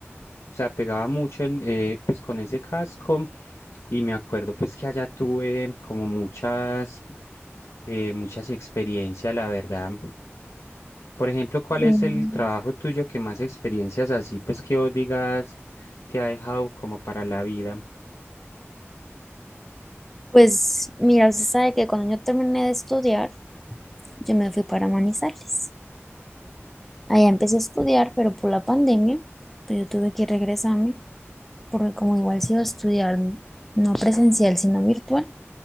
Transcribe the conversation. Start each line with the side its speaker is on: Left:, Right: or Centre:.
Left: o sea, pegaba mucho en, eh, pues con ese casco y me acuerdo pues que allá tuve como muchas, eh, muchas experiencias, la verdad, por ejemplo, ¿cuál
Centre: Mm,
Left: es el trabajo tuyo que más experiencias así, pues que vos digas, te ha dejado como para la vida?
Centre: Pues mira, usted sabe que cuando yo terminé de estudiar, yo me fui para Manizales. Allá empecé a estudiar, pero por la pandemia, pues yo tuve que regresarme, porque como igual se iba a estudiar no presencial, sino virtual,